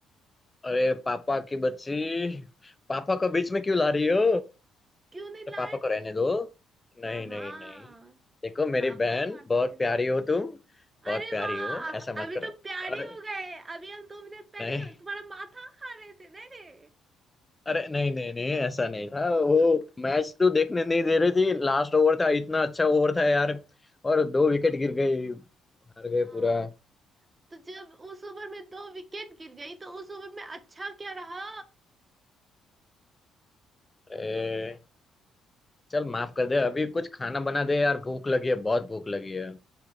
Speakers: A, on the left (about 20°); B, on the right (about 30°).
A: अरे पापा की बच्ची पापा को बीच में क्यों ला रही हो
B: क्यों नहीं
A: अपने
B: लाए
A: पापा को रहने दो
B: हाँ
A: नहीं
B: हाँ
A: नहीं नहीं देखो मेरी
B: पापा
A: बहन
B: का मैंने
A: बहुत प्यारी
B: तो
A: हो तुम बहुत
B: अरे
A: प्यारी
B: वाह
A: हो ऐसा
B: अभी
A: मत करो
B: तो प्यारे
A: अरे
B: हो गए अभी हम दो मिनट पहले
A: नहीं
B: तुम्हारा माथा खा रहे थे नहीं रे
A: अरे नहीं नहीं नहीं ऐसा नहीं था वो मैच तो देखने नहीं दे रही थी लास्ट ओवर था इतना अच्छा ओवर था यार और दो विकेट गिर गई हार गए
B: हाँ
A: पूरा
B: तो जब उस ओवर में दो विकेट गिर गई तो उस ओवर में अच्छा क्या रहा
A: ए, चल माफ कर दे अभी कुछ खाना बना दे यार भूख लगी है बहुत भूख लगी है